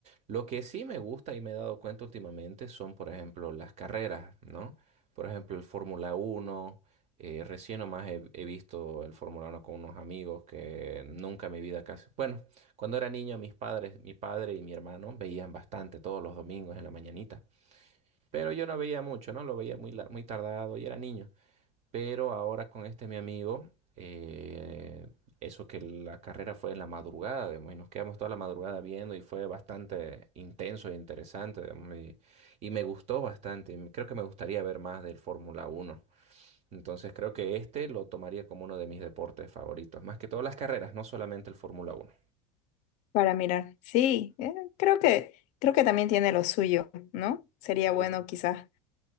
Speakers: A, on the right; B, on the left.
A: Lo que sí me gusta y me he dado cuenta últimamente son, por ejemplo, las carreras, ¿no? Por ejemplo, el Fórmula uno eh, recién nomás he, he visto el Fórmula uno con unos amigos que nunca en mi vida casi... Bueno, cuando era niño, mis padres, mi padre y mi hermano veían bastante todos los domingos en la mañanita. Pero yo no veía mucho, ¿no? Lo veía muy, la- muy tardado y era niño. Pero ahora con este mi amigo, eh, eso que la carrera fue en la madrugada, digamos, y nos quedamos toda la madrugada viendo y fue bastante intenso e interesante, digamos, y, y me gustó bastante. y Creo que me gustaría ver más del Fórmula Uno, Entonces creo que este lo tomaría como uno de mis deportes favoritos, más que todas las carreras, no solamente el Fórmula Uno.
B: Para mirar. Sí, eh, creo que, creo que también tiene lo suyo, ¿no? Sería
A: Sí,
B: bueno quizás